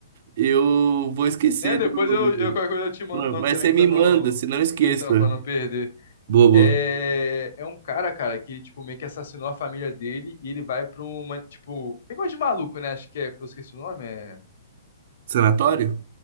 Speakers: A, on the right (about 50°); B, on the left (about 65°).
A: eu vou esquecer
B: É, depois
A: do... do-
B: eu, eu qualquer coisa eu te mando o nome
A: Mas
B: também
A: você me
B: pra não
A: manda, se não esqueça.
B: então para não perder.
A: Bobo.
B: É, é um cara, cara, que ele tipo meio que assassinou a família dele e ele vai pra uma tipo, que coisa de maluco, né? Acho que é, eu esqueci o nome, é
A: Sanatório?